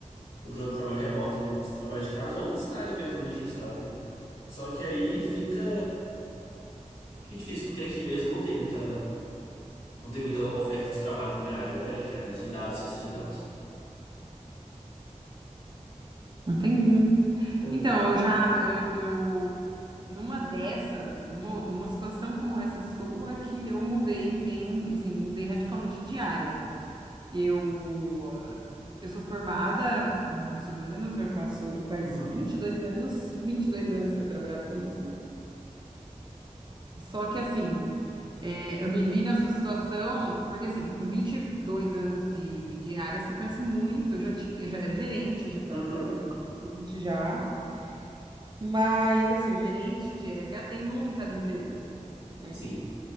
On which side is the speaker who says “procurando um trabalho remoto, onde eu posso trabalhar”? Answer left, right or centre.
Left